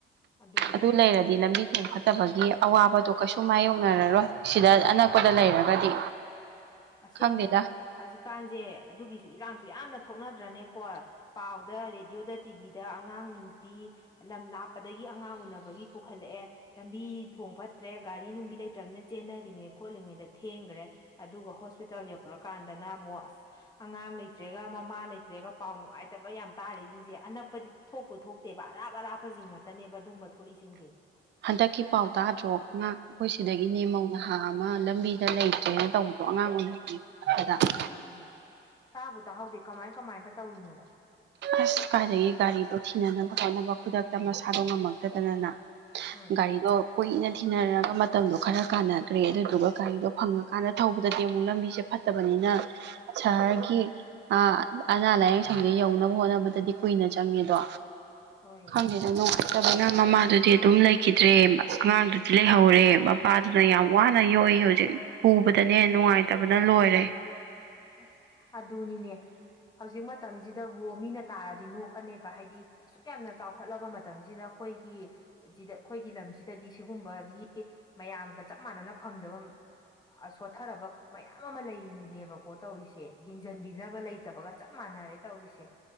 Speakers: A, on the left; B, on the right.
A: ꯑꯗꯨꯅꯦ
B: ꯑꯗꯨ ꯂꯩꯔꯗꯤ ꯂꯝꯕꯤ ꯊꯣꯡ ꯐꯠ__ ꯇꯕꯒꯤ ꯑꯋꯥꯕꯗꯣ ꯀꯩꯁꯨ ꯃꯥꯏꯌꯣꯛꯅꯔꯔꯣꯏ ꯁꯤꯗ ꯑꯅꯛꯄꯗ ꯂꯩꯔꯒꯗꯤ
A: ꯑꯁꯦꯡꯕꯅꯤ
B: ꯈꯪꯗꯦꯗ
A: ꯍꯧꯖꯤꯛꯀꯥꯟꯁꯦ ꯑꯗꯨꯒꯤꯁꯨ ꯏꯔꯥꯡꯁꯨ ꯌꯥꯝꯅ ꯊꯣꯛꯅꯗ꯭ꯔꯅꯦꯀꯣꯏ ꯄꯥꯎꯗ ꯔꯦꯗꯤꯑꯣꯗ ꯇꯤꯚꯤꯗ ꯑꯉꯥꯡ ꯅꯨꯄꯤ ꯂꯝ ꯂꯥꯞꯄꯗꯒꯤ ꯑꯉꯥꯡ ꯎꯅꯕꯒꯤ ꯄꯨꯈꯠꯂꯛꯑꯦ ꯂꯝꯕꯤ ꯊꯣꯡ ꯐꯠꯇ꯭ꯔꯦ ꯒꯥꯔꯤ ꯅꯨꯡꯗꯤ ꯂꯩꯇ꯭ꯔꯃꯤꯅꯤꯅ ꯆꯦꯟꯅꯔꯤꯉꯩ ꯈꯣꯠꯂꯤꯉꯩꯗ ꯊꯦꯡꯒ꯭ꯔꯦ ꯑꯗꯨꯒ ꯍꯣꯁꯄꯤꯇꯥꯜ ꯌꯧꯔꯀꯥꯟꯗꯅ ꯑꯃꯨꯛ ꯑꯁ ꯑꯉꯥꯡ ꯂꯩꯇ꯭ꯔꯦꯒ ꯃꯃꯥ ꯂꯩꯇ꯭ꯔꯦꯒ ꯄꯥꯎ ꯅꯨꯡꯉꯥꯏꯇꯕ ꯌꯥꯝ ꯇꯥꯔꯤꯁꯤꯡꯁꯦ ꯑꯅꯛꯄꯗꯤ ꯊꯣꯛꯄꯨ ꯊꯣꯛꯇꯦꯕ ꯑꯔꯥꯞ ꯑꯔꯥꯞꯄꯁꯤꯡ ꯉꯥꯇꯅꯦꯕ ꯑꯗꯨꯒꯨꯝꯕ ꯊꯣꯛꯏꯁꯤꯡꯁꯦ
B: ꯍꯟꯗꯛꯀꯤ ꯄꯥꯎꯇꯥꯗ꯭ꯔꯣ ꯑꯉꯥꯡ ꯑꯩꯈꯣꯏ ꯁꯤꯗꯒꯤꯅꯦ ꯃꯧ ꯅꯍꯥ ꯑꯃ ꯂꯝꯕꯤꯗ ꯂꯩꯇ꯭ꯔꯦꯅ ꯇꯧꯕꯗꯣ ꯑꯉꯥꯡ ꯎꯅꯅꯤ ꯈꯣꯠꯄꯗ <unintelligible>
A: ꯍꯩꯃ ꯍꯩꯃ ꯇꯥꯕꯨ ꯇꯥꯍꯧꯗꯦ ꯀꯃꯥꯏ ꯀꯃꯥꯏꯅꯒ ꯇꯧꯔꯤꯅꯣ
B: ꯑꯁ ꯀꯥꯏꯗꯒꯤ ꯒꯥꯔꯤꯗꯣ ꯊꯤꯅꯅꯕ ꯍꯣꯠꯅꯕ ꯈꯨꯗꯛꯇ ꯃꯁꯥꯗꯣ ꯉꯝꯃꯛꯇꯗꯅꯅ ꯃꯥ
A: ꯎꯝ
B: ꯒꯥꯔꯤꯗꯣ ꯀꯨꯏꯅ ꯊꯤꯅꯔꯒ ꯃꯇꯝꯗꯣ ꯈꯔ ꯀꯥꯟꯅꯒ꯭ꯔꯦ ꯑꯗꯨꯗꯨꯒ ꯒꯥꯔꯤꯗꯣ ꯐꯪꯉꯀꯥꯟꯗ ꯊꯧꯕꯗꯗꯤ ꯑꯃꯨꯛ ꯂꯝꯕꯤꯁꯦ ꯐꯠ__ ꯐꯠꯇꯕꯅꯤꯅ ꯁꯍꯔꯒꯤ
A: ꯎꯝ
B: ꯑ ꯑꯅꯥ ꯂꯥꯏꯌꯦꯡ ꯁꯪꯗꯨ ꯌꯧꯅꯕ ꯍꯣꯠꯅꯕꯗꯗꯤ ꯀꯨꯏꯅ ꯆꯪꯉꯦꯗꯣ
A: ꯍꯣꯏ
B: ꯈꯣꯏꯒꯤꯗꯨꯅ
A: ꯍꯣꯏ
B: ꯐꯠꯇꯕꯅ ꯃꯃꯥꯗꯨꯗꯤ ꯑꯗꯨꯝ ꯂꯩꯈꯤꯗ꯭ꯔꯦ ꯑꯉꯥꯡꯗꯨꯗꯤ ꯂꯩꯍꯧꯔꯦ ꯃꯄꯥꯗꯨꯅ
A: ꯑꯥ
B: ꯌꯥꯝ ꯋꯥꯅ ꯅ ꯌꯣꯛꯏ ꯍꯧꯖꯤꯛ ꯎꯕꯗꯅꯦ ꯅꯨꯡꯉꯥꯏꯇꯕꯅ ꯂꯣꯏꯔꯦ
A: ꯑꯁ ꯑꯗꯨꯅꯤꯅꯦ ꯍꯧꯖꯤꯛ ꯃꯇꯝꯁꯤꯗꯕꯨ ꯃꯤꯅ ꯇꯥꯔꯗꯤ ꯅꯣꯛꯑꯅꯦꯕ ꯍꯥꯏꯗꯤ ꯑꯁꯨꯛ ꯌꯥꯝꯅ ꯆꯥꯎꯈꯠꯂꯕ ꯃꯇꯝꯁꯤꯗ ꯑꯩꯈꯣꯏꯒꯤ ꯁꯤꯗ ꯑꯩꯈꯣꯏꯒꯤ ꯂꯝꯁꯤꯗꯗꯤ ꯁꯤꯒꯨꯝꯕꯒꯤ ꯃꯌꯥꯝꯒ ꯆꯞ ꯃꯥꯟꯅꯅ ꯐꯪꯗꯕ ꯑ ꯁꯣꯠꯊꯔꯕ ꯃꯌꯥꯝ ꯑꯃ ꯂꯩꯔꯤꯅꯦꯕ ꯀꯣ ꯇꯧꯔꯤꯁꯦ ꯌꯦꯡꯁꯤꯟꯕꯤꯅꯕ ꯂꯩꯇꯕꯒ ꯆꯞ ꯃꯥꯟꯅꯔꯦ ꯇꯧꯔꯤꯁꯦ